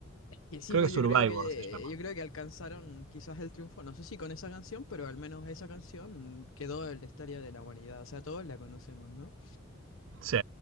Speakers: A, on the left; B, on the right.
A: Que sí,
B: Creo
A: pues
B: que Survivor
A: yo creo que
B: se llama.
A: yo creo que alcanzaron quizás el triunfo, no sé si con esa canción, pero al menos esa canción quedó en la historia de la humanidad, o sea, todos la conocemos, ¿no?
B: Sí,